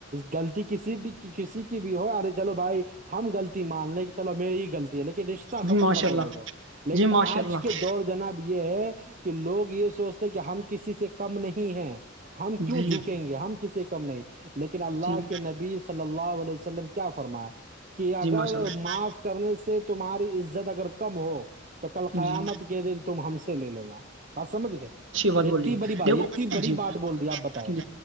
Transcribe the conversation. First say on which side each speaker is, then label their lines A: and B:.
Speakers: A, on the right; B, on the right.
A: غلطی کسی بھی کسی کی بھی ہو چلو بھائی ہم غلطی مان لیں کہ چلو میری غلطی ہے لیکن رشتہ
B: جی
A: ختم
B: ماشاء
A: مت
B: اللہ
A: ہونے دو لیکن
B: جی ماشاء
A: آج
B: اللہ
A: کے دور جناب یہ ہے کہ لوگ یہ سوچتے ہیں کہ ہم کسی سے کم نہیں ہیں ہم کیوں
B: جی
A: جھکیں گے ہم کسی کم نہیں لیکن اللہ
B: جی
A: کے نبی صلی اللہ علیہ وسلم کیا فرماائے کہ اگر
B: جی ماشاء اللہ
A: معاف کرنے سے تمہاری عزت اگر کم ہو تو کل قیامت
B: جی
A: کے دن تم ہم سے لے لینا بات سمجھ گئے
B: بلیے
A: اتنی بڑی بات
B: دیکھو
A: اتنی بڑی
B: جی
A: بات بول دی آپ بتائیں
B: جی